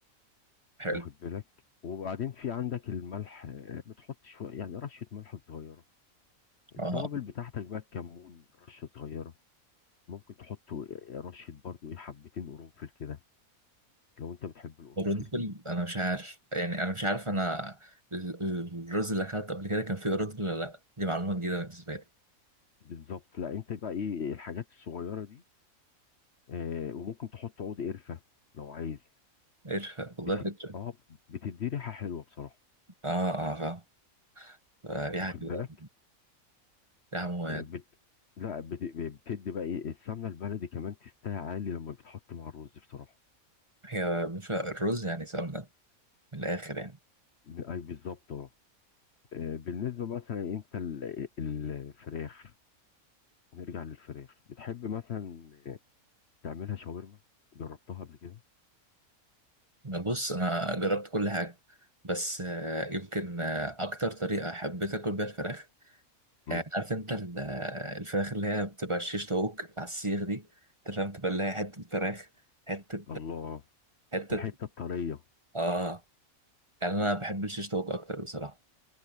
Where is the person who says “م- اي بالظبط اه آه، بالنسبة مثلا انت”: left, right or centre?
Left